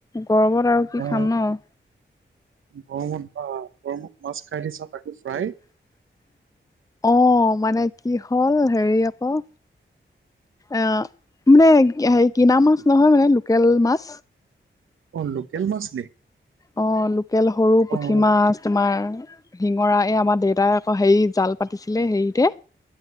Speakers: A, on the left; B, on the right.
A: গৰবত আৰু কি
B: বা
A: খাম ন'।
B: গৰমত বা, গৰমত মাছ খাই দি দিছা। তাকো ফ্ৰাই।
A: অ মানে কি হ'ল হেৰি আকৌ অ মানে হেৰি কিনা মাছ নহয় মানে লোকেল মাছ।
B: অ লোকেল মাছ নি?
A: অ লোকেল সৰু পুঠি
B: অ',
A: মাছ তোমাৰ শিঙৰা এই আমাৰ দেউতাই অ হেই জাল পাতিছিলে হেৰিতে